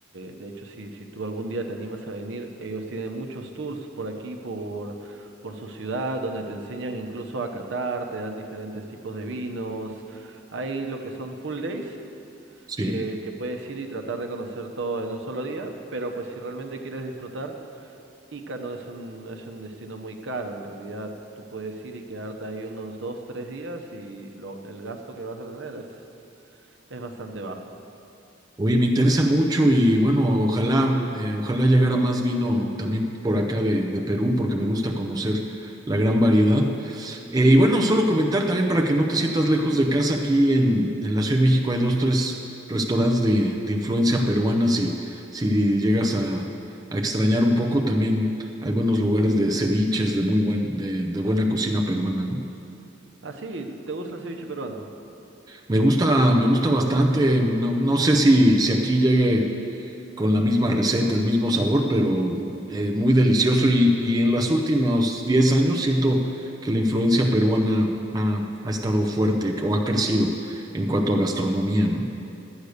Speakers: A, on the right; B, on the right.
A: de hecho, si, si tú algún día te animas a venir, ellos tienen muchos tours por aquí, por, por su ciudad, donde te enseñan incluso a catar, te dan diferentes tipos de vinos. Hay lo que son full days,
B: sí.
A: que, que puedes ir y tratar de conocer todo en un solo día, pero pues si realmente quieres disfrutar, Ica no es un, no es un destino muy caro, en realidad. Tú puedes ir y quedarte ahí unos dos, tres días y lo- el gasto que vas a tener es, es bastante bajo.
B: Oye, me interesa mucho y bueno, ojalá, eh, ojalá llegara más vino también por acá de, de Perú, porque me gusta conocer la gran variedad. Eh, y bueno, solo comentar también para que no te sientas lejos de casa, aquí en, en la Ciudad de México hay dos, tres restaurantes de, de influencia peruana, si, si llegas a, a extrañar un poco, también hay buenos lugares de ceviches, de muy buen, de, de buena cocina peruana, ¿no?
A: Ah, sí, ¿te gusta el ceviche peruano?
B: Me gusta, me gusta bastante, no, no sé si, si aquí llegue con la misma receta, el mismo sabor, pero eh, muy delicioso. Y, y en los últimos 10 años siento que la influencia peruana ha, ha estado fuerte o ha crecido en cuanto a gastronomía, ¿no?